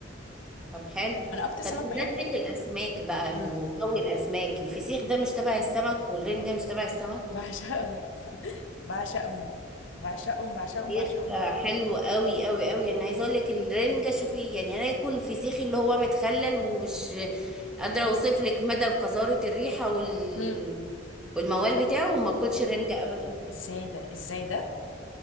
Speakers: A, in the centre; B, on the left.
A: طب حلو
B: انا اكتر سمك
A: طب بمناسبة
B: بحبه
A: الأسماك بقى
B: امم
A: وجو الأسماك الفسيخ ده مش تبع السمك والرنجة مش تبع السمك
B: بعشقه <laughs> بعشقهم بعشقهم بعشقهم
A: فسيخ
B: بعشقهم
A: حلو قوي قوي قوي انا عايزه اقول لك الرنجه شوفي يعني انا اكل الفسيخ اللي هو متخلل ومش قادره اوصف لك مدى قذاره الريحه وال
B: مم.
A: والموال بتاعه وما اكلش الرنجه ابدا
B: ازاي ده ازاي ده